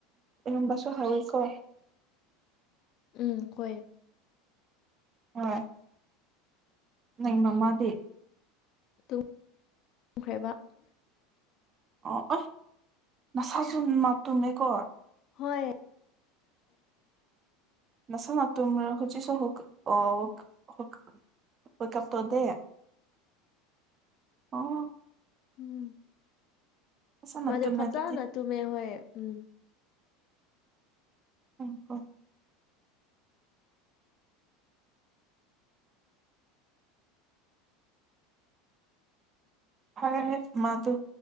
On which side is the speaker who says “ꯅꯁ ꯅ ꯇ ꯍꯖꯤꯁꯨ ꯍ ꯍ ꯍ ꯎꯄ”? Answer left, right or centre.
Right